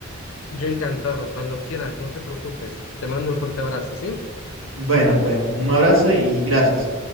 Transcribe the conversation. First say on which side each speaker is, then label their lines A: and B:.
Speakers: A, on the left (about 70°); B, on the right (about 65°).
A: Yo encantado, cuando quieras, no te preocupes. Te mando un fuerte abrazo, ¿sí?
B: Bueno, pues un abrazo y gracias.